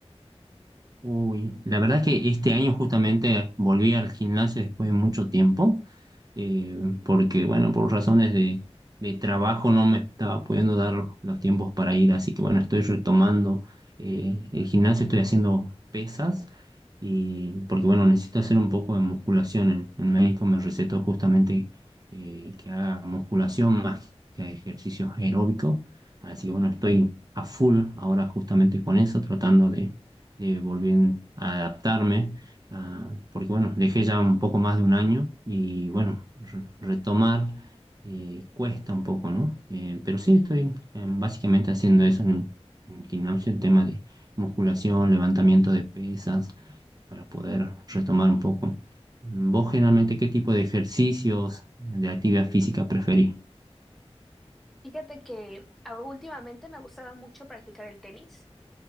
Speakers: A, on the right (about 35°); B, in the centre.
A: Uy, la verdad que este año justamente volví al gimnasio después de mucho tiempo, eh, porque bueno, por razones de, de trabajo no me estaba pudiendo dar los tiempos para ir, así que bueno, estoy retomando eh, el gimnasio, estoy haciendo pesas, y, porque bueno, necesito hacer un poco de musculación. El, el médico me recetó justamente eh, que haga musculación más que ejercicios aeróbicos, así que bueno, estoy a full ahora justamente con eso, tratando de de volví a adaptarme, a- porque bueno, dejé ya un poco más de un año y bueno, re- retomar eh, cuesta un poco, ¿no? Eh, pero sí estoy eh, básicamente haciendo eso en, en gimnasio, el tema de musculación, levantamiento de pesas, para poder retomar un poco. Mm, ¿Vos generalmente qué tipo de ejercicios, de actividad física preferís?
B: Fíjate que ah, últimamente me ha gustado mucho practicar el tenis.